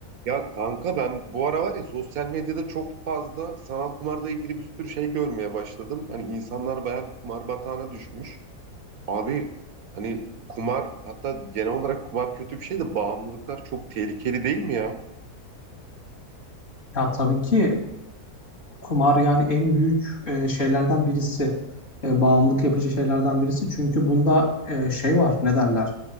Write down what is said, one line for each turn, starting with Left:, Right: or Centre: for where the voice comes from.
Right: Ya kanka ben bu ara var ya sosyal medyada çok fazla sanal kumarla ilgili bir sürü şey görmeye başladım. Hani insanlar bayağı bir kumar batağına düşmüş. Abi hani kumar hatta genel olarak kumar kötü bir şey de bağımlılıklar çok tehlikeli değil mi ya?
Left: Ya tabii ki Kumar yani en büyük e, şeylerden birisi, e, bağımlılık yapıcı şeylerden birisi. Çünkü bunda e, şey var, ne derler?